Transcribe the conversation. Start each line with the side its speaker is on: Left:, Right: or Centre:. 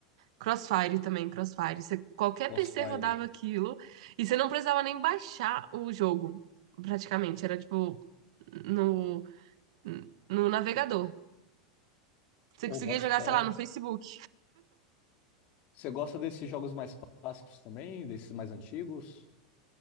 Right: Crossfire também, Crossfire. Você- qualquer
Left: Crossfire.
Right: PC rodava aquilo e você não precisava nem baixar o jogo, praticamente. Era tipo no, no navegador. Você
Left: Ô,
Right: conseguia
Left: boto
Right: jogar,
Left: fé.
Right: sei lá, no Facebook.
Left: Você gosta desses jogos mais clássicos também? Desses mais antigos?